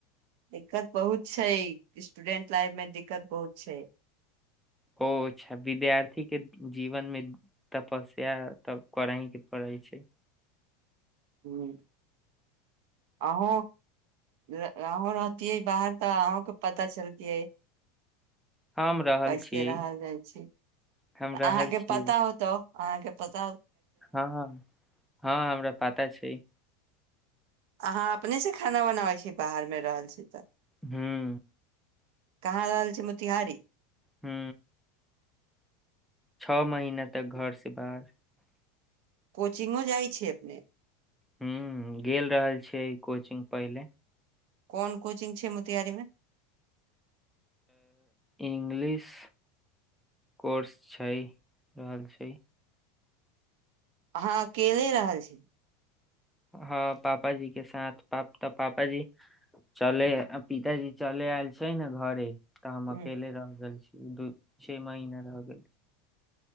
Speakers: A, on the right (about 60°); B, in the centre.
A: दिक्कत बहुत छै स्टूडेंट लाइफ में दिक्कत बहुत छ
B: ओच्छा विद्यार्थी के जीवनम तपस्या तब करहि के पड़य छ
A: हूँ आंह अहँं रहतिियै बाहर तऽ अहँं के पता चलतिये
B: हम रहल
A: कैसे
B: छियै
A: रहल जाइ छी
B: हम रहल
A: अहाँके
B: छियै
A: पता होत आहाँ पत
B: हँ हँ हमरा पता छ
A: अहाँ अपनेसँ खाना बनाबै छीयै बाहर मे रहल छी त
B: ह
A: कहाँ रहल छै मोतिहार
B: हू छओ महीना तक घर से बाह
A: कोचिंगो जाइ छियै अपन
B: हूँ गेल रहल छिय कोचिंग पहिल
A: कोन कोचिंग छै मोतिहारी मे
B: इंगलिश कोर्स छै रहल छ
A: अहाँ अकेले रहल छ
B: हँ पापा जी के साथ प तऽ पापा ज चले पिताजी चले आयल छै ने घर तऽ हम
A: ह
B: अकेले रहि गेल छी दू छे महीना रहि गेल छ